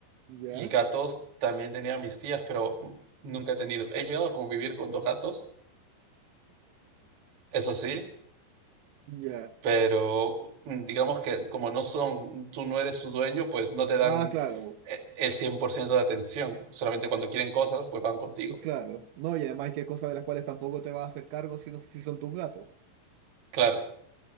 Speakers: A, on the right; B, on the right.
A: Ya,
B: y gatos también tenía mis tías, pero nunca he tenido. He llegado a convivir con dos gatos, eso sí,
A: ya.
B: pero mm, digamos que como no son, tú no eres su dueño, pues no te dan
A: Ah, claro.
B: eh, el 100% de atención. Solamente cuando quieren cosas, pues van contigo.
A: Claro, no, y además que hay cosas de las cuales tampoco te vas a hacer cargo si, no, si son tus gatos.
B: Claro,